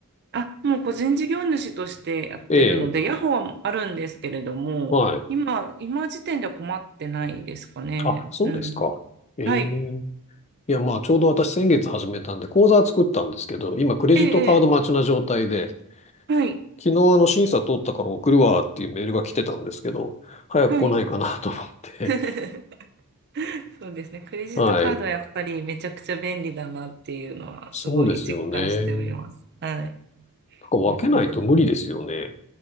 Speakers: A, on the right (about 50°); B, on the left (about 30°).
A: あ、もう個人事業主としてやってるので、
B: ええ、
A: ヤホーはあるんですけれども、
B: はい。
A: 今、今時点では困ってないですかね。
B: あ、そうですか。
A: うん。
B: ええ。
A: はい。
B: いや、まあ、ちょうど私先月始めたんで、口座は作ったんですけど、今、クレジットカード待ちな状態で、
A: ええ、ええはい。
B: 昨日あの審査通ったから送るわっていうメールが来てたんですけど、早く来ないかなと思って。
A: はい。<laughs> そうですね。クレジットカードはやっぱりめちゃくちゃ便利だなっていうのはすごい実感しております。
B: <laughs> はい。そうですよね。な
A: はい。
B: んか分けないと無理ですよね。
A: うんうん。